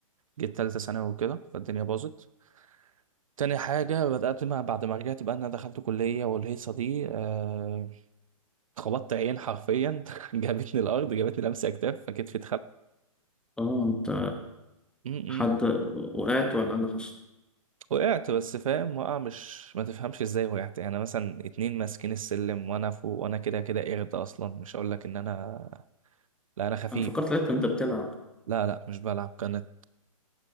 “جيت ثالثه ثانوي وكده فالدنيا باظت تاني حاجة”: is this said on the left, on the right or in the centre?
Right